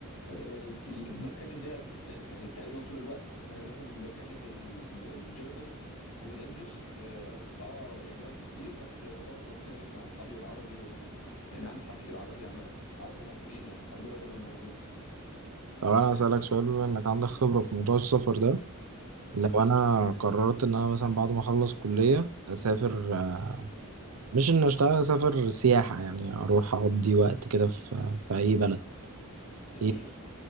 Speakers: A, on the left (about 85°); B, on the right (about 80°).
A: آه، بال- بتكلم بيها ت- ت- يعني تقريبا طول الوقت انا مثلا بتكلم بالجرمن وبالانجلش اه آه، يعني وقت كتير بس برضو بتكلم مع اصحابي بالعربي و يعني عندي اصحاب كتير عرب يعني عرب ومصريين يعني فاللغه دايما موجوده
B: طب انا اسالك سؤال بما انك عندك خبرة في موضوع السفر ده
A: اتفضل
B: لو انا قررت ان انا مثلا بعد ما اخلص كلية اسافر آه، مش ان اشتغل اسافر سياحة يعني اروح اقضي وقت كده في في اي بلد
A: جميل
B: ايه